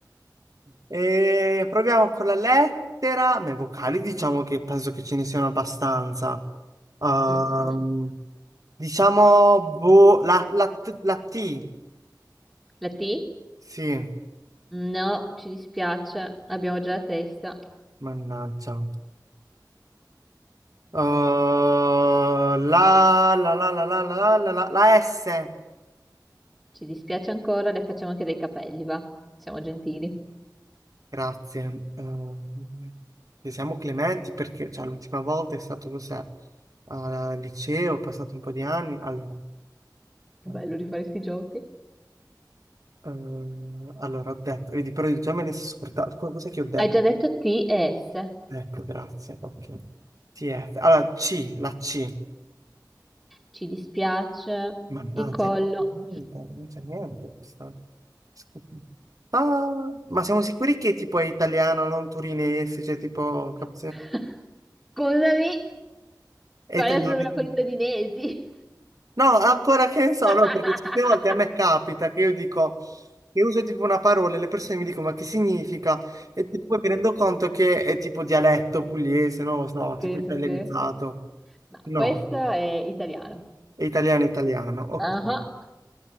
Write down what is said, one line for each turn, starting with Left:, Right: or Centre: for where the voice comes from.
Right: E proviamo con la lettera, ma i vocali diciamo che penso che ce ne siano abbastanza. Ehm,
Centre: Mm, mm, mm.
Right: diciamo boh, la, la t- la T,
Centre: La T?
Right: sì,
Centre: No, ci dispiace, abbiamo già la testa.
Right: mannaggia. Eh, la, la, la, la, la, la, la, la, la S.
Centre: Ci dispiace ancora, le facciamo anche dei capelli, va? Siamo gentili.
Right: Grazie. Eh, se siamo clementi perché cioè, l'ultima volta è stato cos'è? Al liceo, ho passato un po' di anni. Allora.
Centre: Che
Right: eh,
Centre: bello rifare sti giochi.
Right: Eh, allora, ho detto, vedi, però già me ne sono scordato. Co- Cos'è che ho detto?
Centre: Hai già detto T e S.
Right: Ecco, grazie. Ok. TF. Allora, C, la C.
Centre: Ci dispiace,
Right: Mannaggia,
Centre: il collo.
Right: eh, niente, non c'è niente. Questa... Scusi. Ah, ma siamo sicuri che tipo è italiano, non torinese? Cioè, tipo, cap-
Centre: <laughs> Scusami,
Right: è
Centre: Qual
Right: italiano.
Centre: è il problema con i torinesi?
Right: No, ancora che ne so,
Centre: <laughs>
Right: no, perché certe volte a me capita che io dico, che uso tipo una parola e le persone mi dicono ma che significa? E ti- poi mi rendo conto che è tipo dialetto pugliese, non lo so, tipo
Centre: Sì,
Right: italianizzato.
Centre: sì, sì. No,
Right: No,
Centre: questo è italiano.
Right: è italiano italiano, ok.
Centre: Ah,